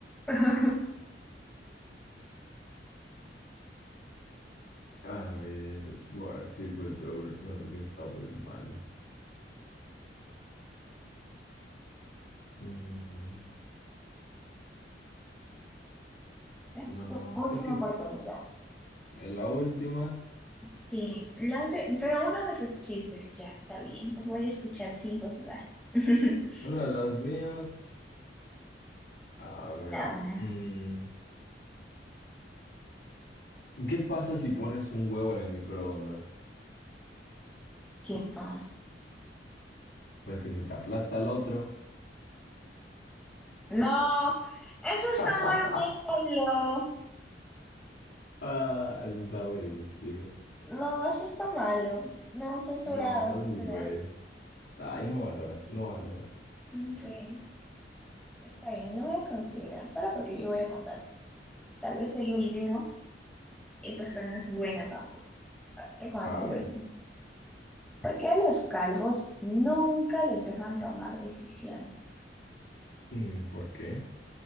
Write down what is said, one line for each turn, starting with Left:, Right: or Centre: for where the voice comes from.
Centre: <laughs>
Left: A ver, voy a ver si encuentro uno. No, porque está muy malo. Mm,
Centre: Es
Left: no,
Centre: tu última
Left: es que
Centre: oportunidad.
Left: en la última,
Centre: Sí, lance, pero uno de sus chistes ya está bien. Los voy a escuchar sin gozar. <laughs>
Left: uno de los míos. A ver,
Centre: A ver,
Left: mm, ¿qué pasa si pones un huevo en el microondas?
Centre: ¿qué pasa?
Left: Pues que se te aplasta el otro.
Centre: No, eso está
Left: <laughs>
Centre: muy malo.
Left: Ah, está buenísimo.
Centre: No, eso está malo. No, censurado,
Left: No,
Centre: censurado.
Left: es muy bueno. Ay, no valoras, no valoras.
Centre: Mm, Bueno, está bien, lo voy a considerar. Solo porque yo voy a contar tal vez el último. Y pues que no es bueno tampoco. A ver, te cuento
Left: A
Centre: el
Left: ver,
Centre: último. ¿Por qué a los calvos nunca les dejan tomar decisiones?
Left: mm, ¿por qué?